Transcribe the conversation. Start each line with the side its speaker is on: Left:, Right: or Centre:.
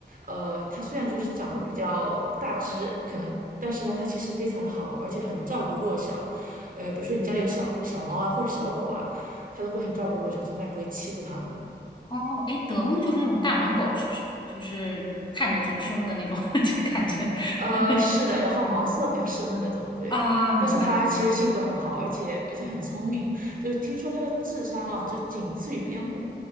Right: 呃，它虽然就是长得比较大只，可能，但是呢，它其实非常的好，而且很照顾弱小。呃，比如说你家里有小小猫啊或者小狗啊，它都会很照顾弱小，从来不会欺负它们。
Left: 哦，哎，德牧就是那种大狼狗，是不是？就是看着挺凶的那种，<laughs> 就感觉
Right: 呃，
Left: <laughs>
Right: 是的，然后毛色比较深的那种，对。
Left: 啊，明白明白。
Right: 但是它其实性格很好，而且而且很聪明，就是听说它的智商啊，就仅次于边牧。